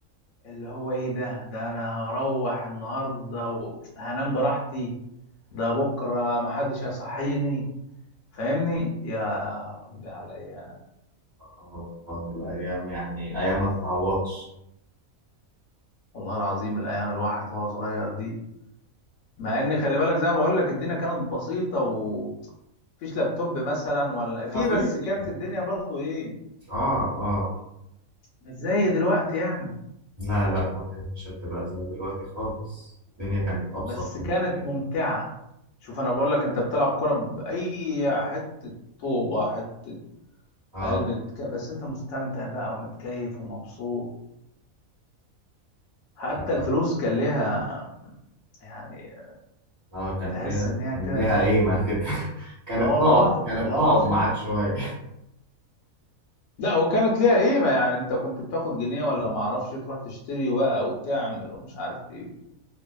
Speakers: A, on the left (about 70°); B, on the right (about 20°).
A: اللي هو إيه ده ده أنا هروح النهاردة وهنام براحتي ده بكرة محدش هيصحيني فاهمني يا ربي على الأيام
B: آه والله الأيام يعني أيام ما تتعوضش
A: والله العظيم الأيام الواحد وهو صغير دي مع ان خلي بالك زي ما بقول لك الدنيا كانت بسيطه ومفيش لابتوب مثلا ولا في
B: ما فيش
A: بس كانت الدنيا برضو ايه
B: آه آه
A: مش زي دلوقتي يعني
B: لا لا ما كانتش بتبقى زي دلوقتي خالص الدنيا كانت أبسط
A: بس
B: من
A: كانت
B: كده
A: ممتعه شوف انا بقول لك انت بتلعب كره باي حته طوبه حته
B: آه
A: قلب بتك... بس انت مستمتع بقى ومتكيف ومبسوط حتى
B: آه
A: الفلوس
B: آه،
A: كان ليها يعني
B: آه، كان
A: تحس
B: ليها
A: ان هي
B: كان
A: كانت
B: ليها قيمة كده <laughs> كانت
A: اه والله
B: تقعد كانت
A: والله
B: تقعد
A: العظيم
B: معاك شوية
A: لا وكانت ليها قيمه يعني انت كنت بتاخد جنيه ولا ما اعرفش تروح تشتري بقى وتعمل ومش عارف ايه